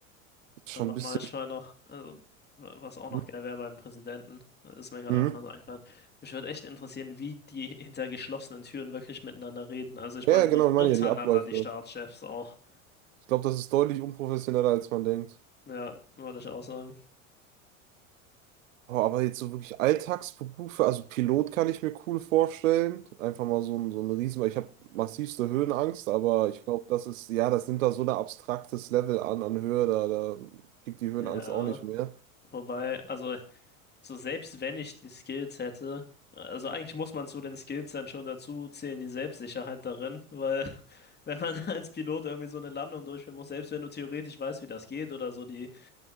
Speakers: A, on the right (about 70°); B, on the left (about 25°).
A: ist schon
B: da war
A: ein bisschen.
B: mal, ich war noch, also, wa- was auch noch
A: Hm?
B: geil wäre beim Präsidenten, ist mir gerade
A: Mhm.
B: einfach nur so eingefallen. Mich würde echt interessieren, wie die hinter geschlossenen Türen wirklich miteinander reden. Also, ich
A: Ja,
B: meine,
A: ja,
B: so
A: genau, ich meine
B: untereinander
A: ja die Abläufe.
B: die Staatschefs auch.
A: Ich glaube, das ist deutlich unprofessioneller, als man denkt.
B: Ja, würde ich auch sagen.
A: Oh, aber jetzt so wirklich Alltagsberufe, also Pilot kann ich mir cool vorstellen. Einfach mal so ein, so ein Riesen, weil ich habe massivste Höhenangst, aber ich glaube, das ist, ja, das nimmt da so ein abstraktes Level an, an Höhe, da, da kriegt die Höhenangst
B: Ja.
A: auch nicht mehr.
B: Wobei, also, so selbst wenn ich die Skills hätte, also eigentlich muss man zu den Skills dann schon dazu zählen, die Selbstsicherheit darin, weil <laughs> wenn man als Pilot irgendwie so eine Landung durchführen muss, selbst wenn du theoretisch weißt, wie das geht oder so die,